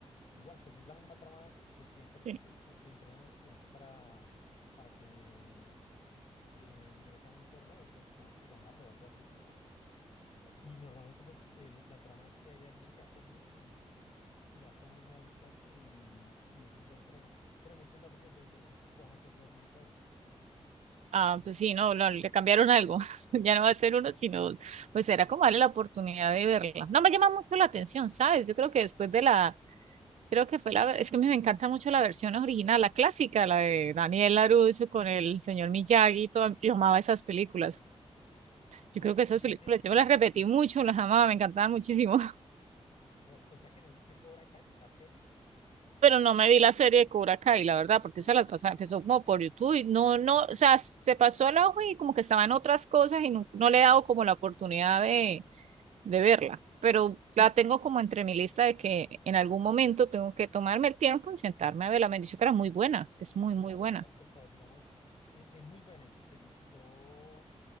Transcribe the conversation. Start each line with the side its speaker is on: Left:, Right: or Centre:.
Left: Igual, pues es la misma trama de siempre,
Right: sí.
Left: creo que estu- entrenan a un estudiante para, para que eh, ingrese a un torneo y pues supongo que ganarlo o algo así. O, o- y normalmente pues el- la trama es que hay alguien que hace bullying y le hace bullying al muchacho y, y ellos lo entrenan. Pero en este caso pues lo interesante es que van a ser dos mentores.
Right: Ah, pues sí, no, no, le cambiaron algo. <laughs> Ya no va a ser uno, sino, pues era como darle la oportunidad de verla. No me llama mucho la atención, ¿sabes? Yo creo que después de la, creo que fue la, es que me encanta mucho la versión original, la clásica, la de Daniel LaRusso con el señor Miyagi, y todo. Yo amaba esas películas.
Left: Claro,
Right: Yo creo que esas
Left: o sea
Right: películas,
Left: que,
Right: yo me las repetí mucho, las amaba, me encantaban muchísimo.
Left: claro, o sea que no viste Cobra Kai, la serie.
Right: Pero no me vi la serie de Cobra Kai, la verdad, porque esa
Left: Uf,
Right: la pasaba,
Left: la,
Right: empezó
Left: se-
Right: como por YouTube y no, no, o sea, se pasó al ojo y como que estaban otras cosas y no, no le he dado como la oportunidad de, de verla. Pero la tengo como entre mi lista de que en algún momento tengo que tomarme el tiempo y sentarme a verla. Me han dicho que era muy buena, que es muy,
Left: Claro,
Right: muy buena.
Left: la, o sea, digamos, e- e- es muy buena y si te gustó